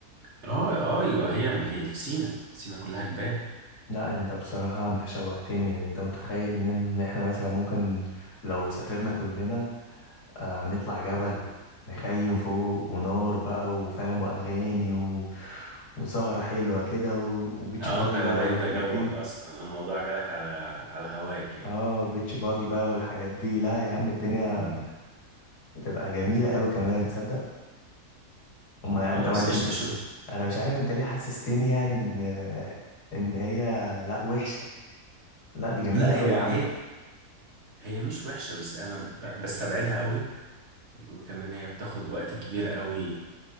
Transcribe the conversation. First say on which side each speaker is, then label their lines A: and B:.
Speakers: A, on the right (about 45°); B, on the left (about 80°).
A: اه آه، ايوه هي ما هي في سينا سينا كلها جبال
B: لا انت بصراحه انت شوقتني يعني انت متخيل ان إن احنا مثلا ممكن لو سافرنا كلنا آه نطلع جبل نخيم فوق ونار بقى وفاهم واغاني و... وسهرة حلوة كده و... وبيتش
A: اه
B: باجي
A: انت باين
B: بقى والحاجات
A: ده جوك
B: دي
A: اصلا الموضوع جالك على على هواك يعني
B: اه وبيتش باجي بقى والحاجات دي لا يا عم الدنيا
A: مم.
B: تبقى جميلة قوي كمان تصدق اما
A: خلاص
B: انت مال...
A: قشطة شو
B: انا مش عارف انت ليه حسستني يعني ان ان هي لا وحشة لا دي جميلة
A: لا
B: قوي
A: هي
B: يا عم
A: هي هي مش وحشة بس أنا ب- بستبعدها قوي وكمان هي بتاخد وقت كبير قوي